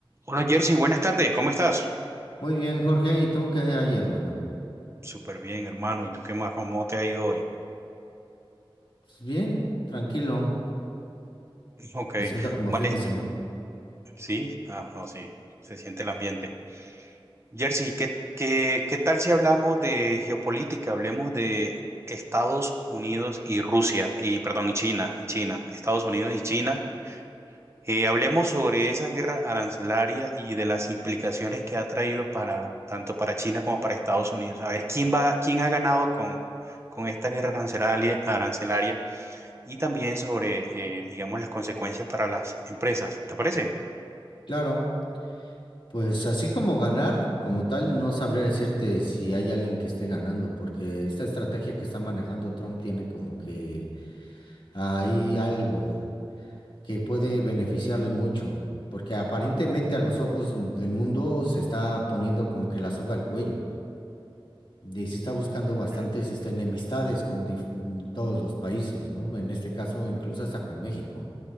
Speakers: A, on the right; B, on the left.
A: Hola Jersey, buenas tardes, ¿cómo estás?
B: Muy bien, Jorge. ¿Y tú qué hay, hermano?
A: Súper bien, hermano. ¿Y tú qué más? ¿Cómo te ha ido hoy?
B: Pues bien, tranquilo.
A: <laughs> Ok,
B: Lo siento como
A: vale.
B: fin de semana.
A: Sí, ah, no, sí, se siente el ambiente. Jersey, ¿qué, qué, qué tal si hablamos de geopolítica? Hablemos de Estados Unidos y Rusia, y perdón, y China, y China, Estados Unidos y China. Eh, hablemos sobre esa guerra arancelaria y de las implicaciones que ha traído para tanto para China como para Estados Unidos. A ver, ¿quién va, quién ha ganado con, con esta guerra arancelaria, arancelaria? y también sobre, eh, digamos, las consecuencias para las empresas. ¿Te parece?
B: Claro, pues así como ganar, como tal, no sabría decirte si hay alguien que esté ganando, porque esta estrategia que está manejando Trump tiene como que hay algo que puede beneficiarle mucho, porque aparentemente a los ojos del mundo se está poniendo como que la soga al cuello. Y se está buscando
A: Ok.
B: bastantes este, enemistades con dif- todos los países, ¿no? En este caso, incluso hasta con México.